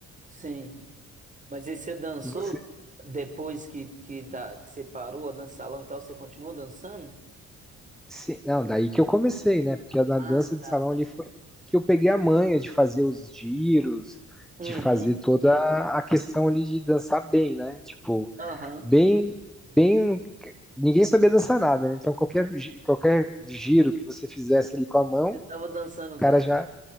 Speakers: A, on the right; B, in the centre.
A: sim. Mas aí você dançou
B: E você...
A: depois que, que, da, que você parou a dança salão e tal, você continuou dançando?
B: Sim, não, daí que eu comecei, né? Porque na
A: Ah,
B: dança de
A: tá.
B: salão ali foi que eu peguei a manha de fazer os giros,
A: Uhum,
B: de fazer toda a questão ali de dançar bem, né? Tipo,
A: aham.
B: bem bem ninguém sabia dançar nada, né? Então qualquer, qualquer giro que você fizesse ali com a mão,
A: Você
B: o
A: tava dançando bem.
B: cara já